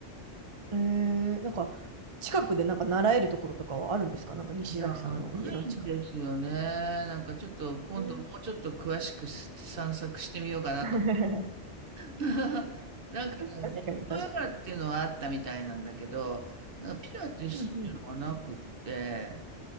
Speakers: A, on the right (about 35°); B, on the right (about 55°).
A: ん。えー、なんか近くでなんか習えるところとかはあるんですかなんか西崎さんの家の近く。
B: いや、ないんですよね。なんかちょっと今度もうちょっと詳しく散策してみようかなと
A: えー <laughs>
B: <laughs> なんかね、
A: 確かに確か
B: ホットヨガっていうのはあったみたいなんだけど、なんかピラティスっていうのはなくって、
A: に。うんうん